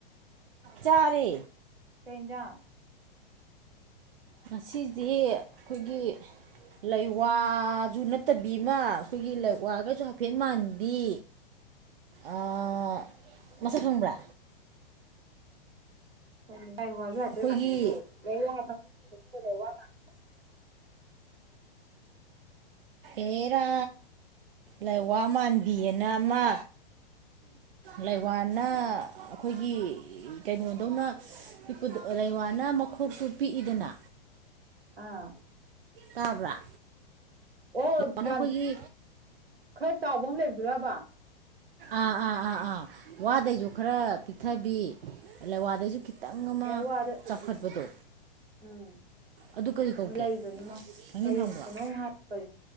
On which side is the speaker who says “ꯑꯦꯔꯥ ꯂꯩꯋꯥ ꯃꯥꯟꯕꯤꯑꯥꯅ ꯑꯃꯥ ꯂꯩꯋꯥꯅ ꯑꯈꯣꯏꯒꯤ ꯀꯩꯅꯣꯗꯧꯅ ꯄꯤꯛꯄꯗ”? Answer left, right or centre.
Right